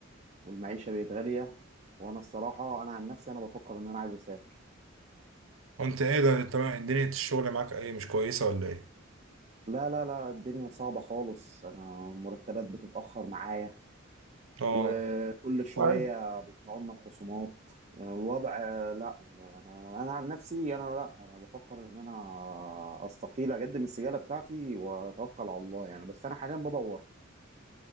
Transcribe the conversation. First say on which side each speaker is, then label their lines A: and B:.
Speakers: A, on the right; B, on the right.
A: والمعيشه بقت غاليه وانا الصراحه انا عن نفسي انا بفكر ان انا عايز اسافر
B: وانت ايه ده انت ما- دنيا الشغل معاك ايه مش كويسه ولا ايه
A: لا لا لا الدنيا صعبه خالص انا المرتبات بتتاخر معايا
B: اه
A: وكل شوية
B: طيب
A: بيطلعوا لنا بخصومات يعني الوضع لا أنا أنا عن نفسي أنا لا أنا بفكر إن أنا أستقيل أقدم السجالة بتاعتي وأتوكل على الله يعني بس أنا حاليا بدور